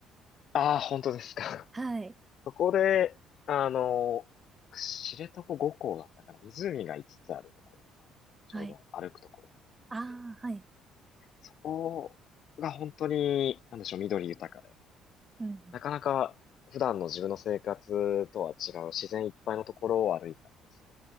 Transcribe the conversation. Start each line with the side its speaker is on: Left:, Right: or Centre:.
Left: ああ、本当ですか。
Right: はい。
Left: <laughs> そこで、あの、知床五湖だったかな、湖が5つつあるところの、ちょうど歩くところなんですけれど、
Right: はい。ああ、はい。
Left: そこが本当に、なんでしょう、緑豊かで、
Right: うん。
Left: なかなか普段の自分の生活とは違う自然いっぱいのところを歩いたんです。